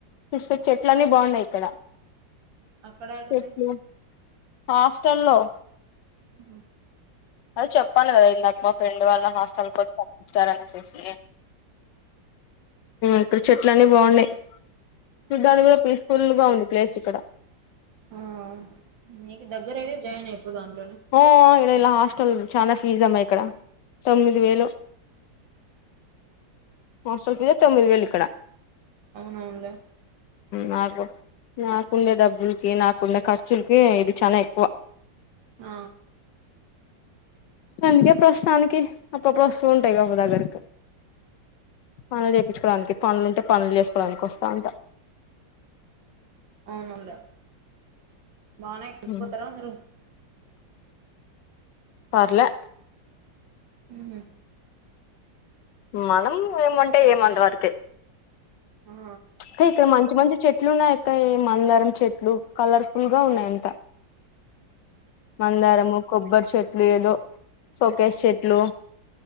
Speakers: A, on the left; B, on the right.
A: సిస్టర్ చెట్లన్ని బాగున్నాయి ఇక్కడ
B: అక్కడ యాడున్నాయ్
A: చెట్లు హాస్టల్లో
B: ఉహు
A: అది చెప్పాను కదా ఇందాక మా ఫ్రెండ్ వాళ్ళ హాస్టల్కి వచ్చి తపించారనిసేసి ఇక్కడు చెట్లన్ని బాగున్నాయ్
B: అవునవునులే
A: చూడానికి కూడా పీస్ఫుల్ గా ఉంది ప్లేస్ ఇక్కడ
B: ఆ నీకు దగ్గర అయితే జాయిన్ అయిపో దాంట్లోనే
A: ఓ ఇలడా హస్ చాలా ఫీజ్ అమ్మాయి ఇక్కడ తొమ్మిది వేలు హస్టల్ ఫీజె తొమ్మిది వేలిక్కడ
B: అవునవునులే
A: నాకు నాకుండే డబ్బులకి నాకుండే ఖర్చులకి ఇది చానా ఎక్కువ
B: ఆ
A: అందుకే ప్రస్తుతానికి అప్పుడప్పుడు వస్తూ ఉంటా ఇగ బు దగ్గరకు పనులు చేపించుకోవడానికి పనులుంటే పనులు చేసుకోవడానికి వస్తాంట
B: అవునవునలే బానే ఎక్క్కసిపోతారా
A: ఉమ్
B: అందరు
A: పర్లే
B: ఉహు
A: మనం ఏమంటే ఎం అంత వరకె
B: ఆ
A: క ఇక్కడ మంచి మంచి చెట్ చెట్లున్నాయక్క మందారం చెట్లు కలర్ఫుల్ గా ఉన్నాయి అంత మందారము కొబ్బరి చెట్లు ఏదో షోకేష్ చెట్లు